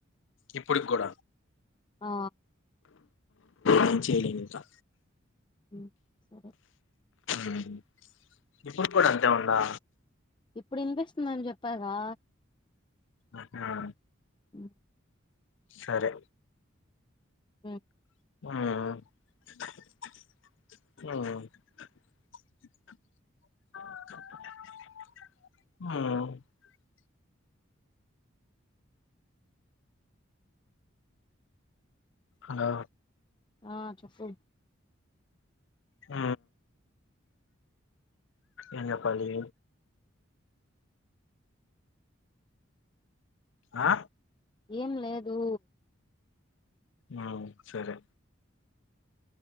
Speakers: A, on the left; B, on the left.
A: ఇప్పుటికి కూడ
B: ఆ
A: ఏం చేయలేను ఇంకా
B: ఉ సరే
A: ఉమ్ ఇప్పుడు కూడా అంతే ఉందా
B: ఇప్పుడు వినిపిస్తుందని చెప్పాగా
A: ఆహా
B: ఉ
A: సరే
B: ఊ
A: ఆ ఉ ఊ ఆ
B: ఆ చెప్పు
A: ఆ ఏం చెప్పాలి ఆ
B: ఏం లేదూ
A: ఆ సరే